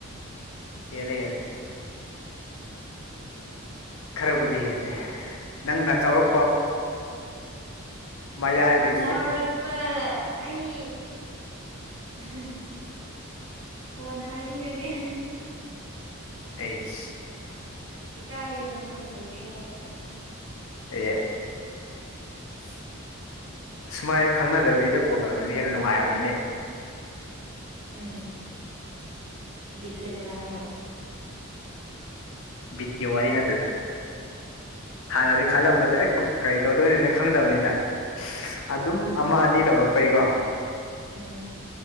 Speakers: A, on the left; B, on the right.
A: ꯍꯅꯦ ꯍꯅꯦ ꯈꯔꯕꯨꯗꯤ ꯍꯦꯜꯂꯤꯦ ꯅꯪꯅ ꯆꯥꯎꯔꯛ ꯃꯌꯥꯏꯗꯒꯤ
B: ꯆꯥꯎꯔꯛꯄ ꯑꯩ <unintelligible> ꯀꯣꯅ ꯍꯥꯏꯕꯤꯔꯒꯦ <unintelligible>
A: ꯇꯤꯁ
B: ꯏ ꯀꯥꯏ ꯌꯦ ꯅꯉꯣꯟ ꯅ ꯁꯤ ꯈꯥꯏꯗꯕ
A: ꯑꯦ
B: <unintelligible>
A: ꯑꯃꯥꯏ ꯈꯪꯅꯗꯕꯤꯕꯤꯗ ꯀꯣꯜ ꯇꯧꯅꯕꯁꯤ ꯍꯦꯟꯅ ꯅꯨꯡꯉꯥꯏꯕꯅꯤꯅꯦ
B: ꯎꯝ ꯕꯤꯠ ꯂꯩꯇ꯭ꯔꯥ ꯍꯥꯏꯌꯣ
A: ꯤꯇꯌ ꯋꯥꯔꯤ ꯋꯥꯔꯤ ꯅꯠꯇꯗ ꯍꯥꯟꯅꯗꯤ ꯈꯜꯂꯝꯕꯁꯦ ꯑꯦ ꯀꯔꯤ ꯇꯧꯗꯣꯏꯅꯤꯅ ꯈꯪꯗꯕꯅꯤꯗ ꯑꯗꯨꯝ ꯑꯃ ꯑꯅꯤ ꯇꯧꯔꯛꯄꯩꯀꯣ
B: ꯎꯝ